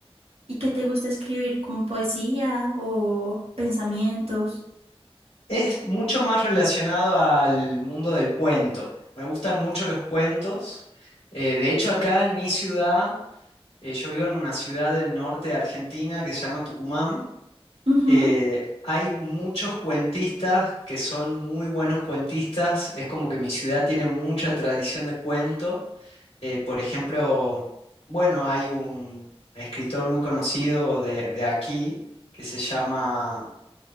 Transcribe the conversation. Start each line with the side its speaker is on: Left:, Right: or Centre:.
Right: ¿Y qué te gusta escribir? ¿Como poesía o pensamientos?
Left: Es mucho más relacionado al mundo del cuento. Me gustan mucho los cuentos. Eh, de hecho, acá en mi ciudad, eh, yo vivo en una ciudad del norte de Argentina que se llama Tucumán.
Right: Ujú.
Left: eh, hay muchos cuentistas que son muy buenos cuentistas. Es como que mi ciudad tiene mucha tradición de cuento. Eh, por ejemplo, bueno, hay un escritor muy conocido de, de aquí que se llama